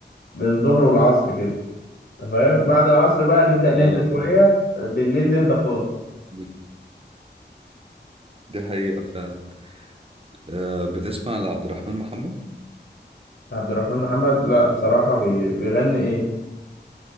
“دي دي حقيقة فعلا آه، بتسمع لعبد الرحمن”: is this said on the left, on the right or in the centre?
Right